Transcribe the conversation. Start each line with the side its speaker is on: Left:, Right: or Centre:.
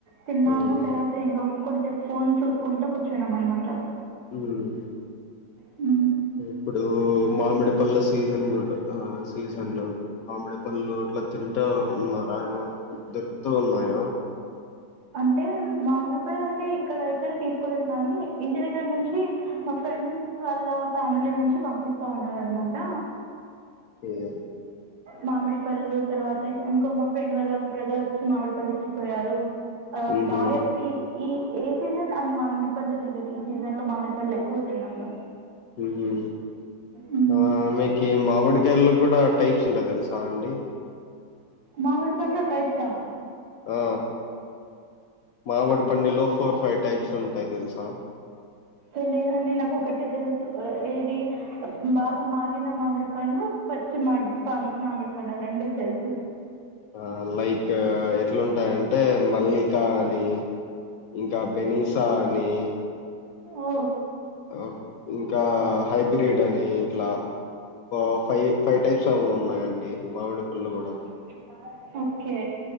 Right: తిన్నాము
Left: మ్మ్
Right: తర్వాత ఇంకా కొంచెం ఫోన్ చూసుకుంటా కూర్చున్నాం అనమాట
Left: ఉమ్
Right: హ్మ్.
Left: ఇప్పుడు మామిడి పల్ల సీజన్ కూడా ఆ సీజన్ లో ఆమిడే పళ్ళు అట్లా తింటూ ఉన్నారా దధర్త ఉన్నాయ
Right: అంటే మామిలిపల్ అంట ఇక్కడ ఎక్కడ తీసుకోలేదు కానీ ఇంటి దగ్గర నుంచి మా ఫ్రెండ్స్ వాళ్ళ ఫ్యామిలీ నుంచి పంపిస్తా ఉన్నారు అనమాట
Left: ఓకే
Right: మామిడిపల్ళు తర్వాత ఇంకో మా ఫ్రెండ్ వాళ్ళ బ్రదర్ వచ్చి మామిడిపల్లి ఇచ్చిపోయారు ఆ
Left: ఉహు
Right: బాగా్య ఈ ఈ ఏ సీజన్ అన్ని మామిడిపండ్లు తిండదు ఈ సీజన్ లో మామిడిపండ్లు ఎక్కువ తిన్నాము మేము
Left: మ్మ్ హు
Right: హ్మ్.
Left: ఆ మీకి మామిడికాయల్లో కూడా టైప్స్ ఉంటాయి కదా సాండి
Right: మామిడి పండు టైప్సా
Left: ఆ మామిడి పండులో ఫోర్ ఫైవ్ టైప్స్ ఉంటయి తెలుసా
Right: తెలీదండి నాకు ఒకటే తెలుసు ఆ ఏది బాగ మాగిన మామిడి పన్ను పచ్చిమడి పామ్ మామిడి పండగ రెండు తెలుసు
Left: ఆ లైక్ ట్లుంటాయంటే మల్లిక అనీ ఇంకా బెనిసా అనీ
Right: ఓ
Left: ఓక్ ఇంకా హైబ్రిడ్ అని ఇట్లా ఓ ఫైవ్ ఫై టైప్స్ ఏమో ఉన్నాయండి మామిడి పళ్ళు
Right: <unintelligible>
Left: కూడా
Right: ఓకే